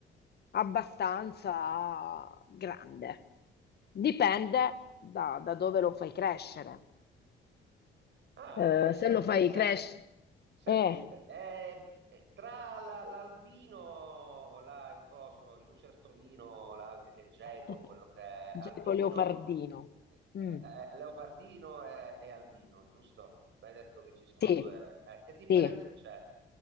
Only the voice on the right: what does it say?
Ah,
e, se-
e
se-
senti,
eh, eh, eh, tra la- l'albino, là, il coso, il lucertolino, là, che, che è geco,
quello che è albino,
eh, eh,
eh, leopardino e, e albino, giusto? Mi hai detto che ci sono
due. eh, che differenza
c'è?